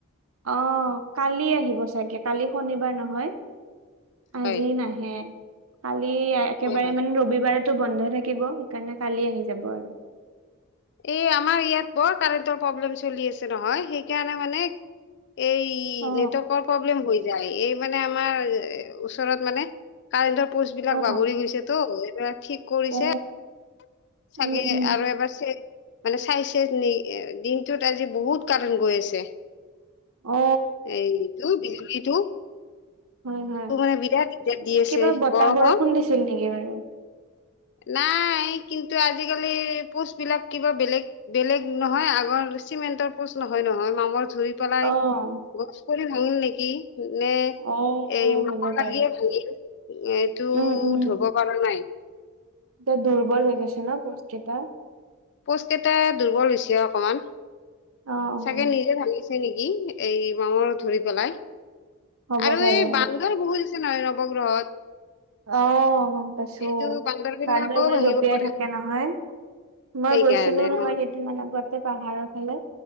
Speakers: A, on the right; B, on the left.
A: অ' কালি আহিব চাগে, কালি শনিবাৰ নহয়। আজি
B: হয়
A: নাহে। কালি একেবাৰে
B: হয় হয়
A: মানে ৰবিবাৰত বন্ধ থাকিব। সেইকাৰণে কালি আহি যাব আৰু।
B: এই আমাৰ ইয়াত বৰ কাৰেণ্টৰ প্ৰব্লেম চলি আছে নহয়, সেইকাৰণে মানে এই
A: অ
B: নেটৱৰ্কৰ প্ৰব্লেম হৈ যায়। এই মানে, আমাৰ ওচৰত মানে কাৰেণ্টৰ পষ্ট বিলাক
A: অ
B: বাগৰি গৈছে তো এই বিলাক ঠিক কৰিছে
A: অ
B: চাগে
A: উম উম
B: আৰু এবাৰ চে মানে চাইছে নি, দিনটোত আজি বহুত কাৰণ গৈ আছে।
A: অ
B: এইটো বিজুলীটো।
A: হয, হয়,
B: মানে বিৰাট দিগদাৰ দি
A: এই
B: আছে
A: কিবা বতাহ
B: গৰমত
A: বৰষুণ দিছিল নেকি বাৰু?
B: নাই। কিন্তু, আজিকালি পোষ্টবলাক কিবা বেলেগ বেলেগ নহয়, আগৰ চিমেণ্টৰ পোচ নহয় নহয় মামৰ ৰিই পেলাই
A: অ
B: গছ কৰি ভাঙিল নেকি? নে
A: অ',
B: এই
A: অ',
B: মাক
A: হ'ব
B: লাগিয়েই
A: পাৰে।
B: ভাগিল এইটো
A: উম, উম।
B: ধব পৰা নাই।
A: এতিয়া দুৰ্বল হৈ গৈছে ন পোষ্ট গেতা
B: পোষ্ট কেইটা দুৰ্বল হৈছে অকমান।
A: অ', অ',
B: চাগে নিজে ভাঙিছে নেকি এই মামৰ ধৰি পেলাই।
A: হ'ব
B: আৰু
A: পাৰে
B: এই বান্দৰ বহুত আছে নহয় নৱগ্ৰহত
A: আহ গম পাইছো
B: এইটো বিলাকও
A: বান্দৰ বুলি
B: ভাঙিব
A: জঁপিয়াই
B: পাৰে
A: থাকে নহয়। মই
B: সেইকাৰণে
A: গৈছিলো নহয়
B: অ
A: কেইদিনমান আগতে পাহাৰৰ ফালে